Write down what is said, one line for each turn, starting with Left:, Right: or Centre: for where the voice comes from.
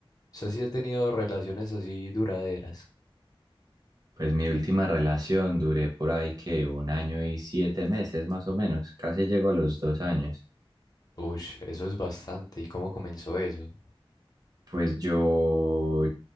Left: ¿Usted sí ha tenido relaciones así duraderas?
Right: Pues mi última relación duré por ahí que un año y siete meses más o menos. Casi llego a los dos años.
Left: Uy, eso es bastante. ¿Y cómo comenzó eso?
Right: Pues yo,